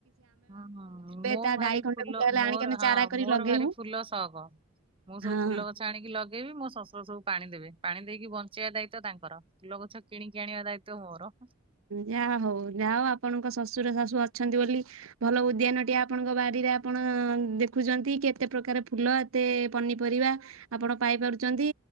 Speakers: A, on the right; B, on the right.
A: ହଁ ହଁ ମୁଁ
B: ତା
A: ଭାରି
B: ଡାହି ଖଣ୍ଡେ
A: ଫୁଲ
B: ଖଣ୍ଡେ ହେଲେ
A: ମୋର
B: ଆଣିକି ଆମେ
A: ହଁ
B: ଚାରା କରି
A: ମୋର
B: ଲଗେଇବୁ
A: ଭାରି ଫୁଲ ସକ। ମୁଁ ସବୁ
B: ହଁ।
A: ଫୁଲ ଗଛ ଆଣିକି ଲଗ ଲଗେଇବି ମୋ ଶଶୁର ସବୁ ପାଣି ଦେବେ ପାଣି ଦେଇକି ବଞ୍ଚେଇବା ଦାୟିତ୍ବ ତାଙ୍କର ଫୁଲ ଗଛ କିଣିକି ଆଣିବା ଦାୟିତ୍ଵ ମୋର।
B: ଯାହା ହଉ ଯାହା ହଉ ଆପଣଙ୍କ ଶଶୁର ଶାଶୁ ଅଛନ୍ତି ବୋଲି ଭଲ ଉଦ୍ୟାନଟିଏ ଆପଣଙ୍କ ବାରି ରେ ଆପଣ ଦେଖୁଛନ୍ତି କେତେ ପ୍ରକାର ଫୁଲ ଏତେ ପନିପରିବା ଆପଣ ପାଇପାରୁଛନ୍ତି।